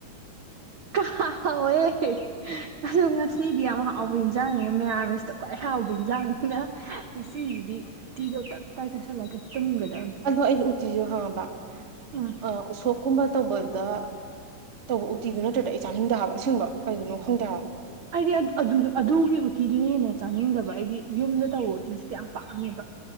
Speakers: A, on the right; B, on the right.
A: ꯍ ꯑꯗ ꯉꯁꯤꯗꯤ ꯌꯥꯝ ꯍꯥꯎꯕꯤꯅ ꯆꯥꯡꯉꯦ ꯃꯌꯥꯝꯃꯦꯁꯤꯇ ꯈ꯭ꯋꯥꯏ ꯍꯥꯎꯕꯤꯟ ꯆꯥꯡꯉꯦ ꯑꯗ ꯉꯁꯤꯁꯤꯗꯤ ꯎꯇꯤꯗꯣ ꯇꯞ ꯇꯥꯏ ꯆꯥꯁꯤꯜꯂꯒ ꯇꯨꯝꯒꯗꯕꯅꯤ
B: ꯑꯗꯣ ꯑꯩꯗꯤ ꯎꯇꯤꯁꯨꯦ ꯍꯪꯉꯕ
A: ꯎꯝ
B: ꯑ ꯎꯁꯣꯞꯀꯨꯝꯕ ꯇꯧꯕꯗ ꯇꯧꯕ ꯎꯇꯤꯗꯨ ꯅꯠꯇ꯭ꯔꯗ ꯑꯩ ꯆꯥꯅꯤꯡꯟꯗꯕ ꯑꯁꯕ ꯀꯩꯒꯤꯅꯣ ꯈꯪꯗꯦ ꯍꯥꯏꯕ
A: ꯍꯥꯏꯗꯤ ꯑꯗꯨꯒꯤ ꯎꯇꯤꯗꯨꯅ ꯍꯦꯟꯅ ꯆꯥꯅꯤꯡꯗꯕ ꯑꯩꯗꯤ ꯌꯨꯝꯗ ꯇꯧꯕ ꯎꯇꯤꯁꯤꯗꯤ ꯌꯥꯝ ꯄꯥꯝꯃꯦꯕ